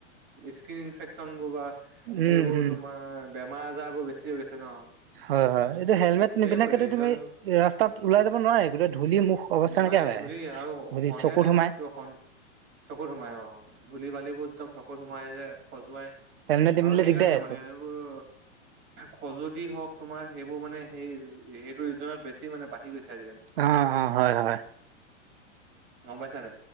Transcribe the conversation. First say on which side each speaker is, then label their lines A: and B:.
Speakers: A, on the right (about 30°); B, on the right (about 50°).
A: স্কিন ইনফেকচন বোৰ বা
B: উম
A: এইবোৰ
B: উম
A: তোমাৰ বেমাৰ আজাৰ বোৰ বেছি হৈ হৈছে ন।
B: হয়, হয় এইটো হেলমেট
A: সেইবোৰে
B: নিপিধাকেতো
A: ৰিজন
B: তুমি ৰাস্তাত ওলাই যাব নোৱাৰে গোটেই ধূলি মুখ অৱস্থা
A: নোৱাৰ
B: নাইকিয়া হৈ
A: ধুলি
B: আহে
A: আৰু
B: ধূলি
A: সন্ধিয়া
B: চকুত
A: টাইমত
B: সোমাই
A: চকুত সোমাই অ' ধূলি-বালিবোৰ একদম চকুত সোমাই যে সজুৱাই আৰু
B: হেলমেট নিপিন্ধিলে
A: সেইকাৰণে
B: দিগদাৰে আছে
A: মানে এনেবোৰ খজুৱতি হওক তোমাৰ সেইবোৰ মানে সেই সেইটো ৰিজনত বেছি মানে বাঢ়ি গৈছে আজিকালি।
B: অ'অ' হয়, হয়।
A: গম পাইছা‌ নে!